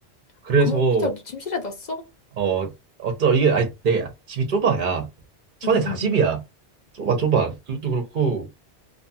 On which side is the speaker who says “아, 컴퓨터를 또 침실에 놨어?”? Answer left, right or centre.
Left